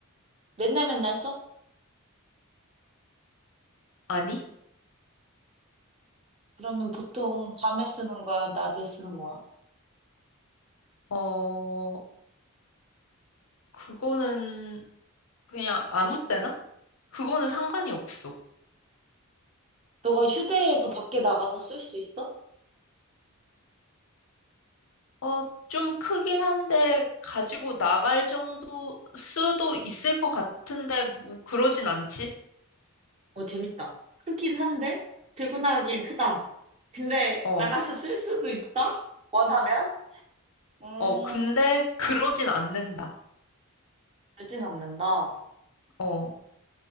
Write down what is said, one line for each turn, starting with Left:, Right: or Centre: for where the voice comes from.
Right: 맨날 맨날 써?
Left: 아니?
Right: 그러면 보통 밤에 쓰는 거야? 낮에 쓰는 거야?
Left: 어, 그거는 그냥 아무 때나? 그거는 상관이 없어.
Right: 너가 휴대해서 밖에 나가서 쓸 수 있어?
Left: 어, 좀 크긴 한데 가지고 나갈 정도 수도 있을 것 같은데 뭐 그러진 않지?
Right: 어, 재밌다. 크긴 한데, 들고 나가기엔 크다. 근데
Left: 어,
Right: 나가서 쓸 수도 있다? 원하면? 음,
Left: 어, 근데 그러진 않는다.
Right: 그러진 않는다.
Left: 어.